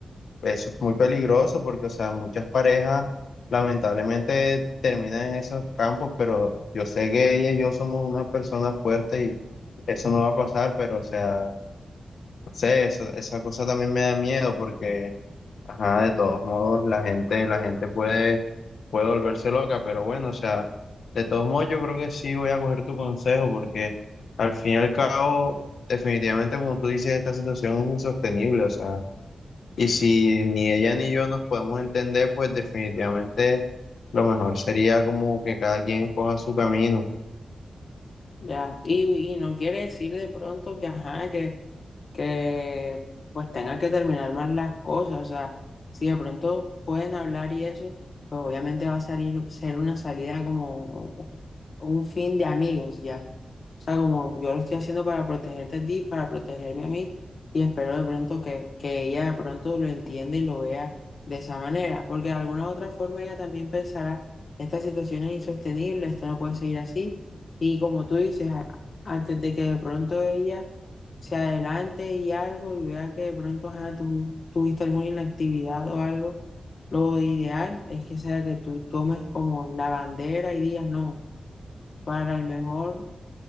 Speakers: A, on the left; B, on the left.
A: Eso es muy peligroso porque, o sea, muchas parejas lamentablemente terminan en esos campos, pero yo sé que ella y yo somos una persona fuerte y eso no va a pasar, pero, o sea, no sé, eso, esa cosa también me da miedo porque, ajá, de todos modos, la gente, la gente puede, puede volverse loca, pero bueno, o sea, de todos modos, yo creo que sí voy a coger tu consejo porque al fin y al cabo, definitivamente, como tú dices, esta situación es insostenible, o sea. Y si ni ella ni yo nos podemos entender, pues definitivamente lo mejor sería como que cada quien coja su camino.
B: ¿ya? Y, y no quiere decir de pronto que, ajá, que que pues tenga que terminar más las cosas, o sea, si de pronto pueden hablar y eso, pues obviamente va a salir, ser una salida como un fin de amigos ya. O sea, como yo lo estoy haciendo para protegerte a ti, para protegerme a mí, y espero de pronto que, que ella de pronto lo entienda y lo vea de esa manera, porque de alguna u otra forma ella también pensará, esta situación es insostenible, esto no puede seguir así, y como tú dices, a- antes de que de pronto ella se adelante y algo y vea que de pronto ajá, tú tuviste alguna inactividad o algo, lo ideal es que sea que tú tomes como la bandera y digas no, para el mejor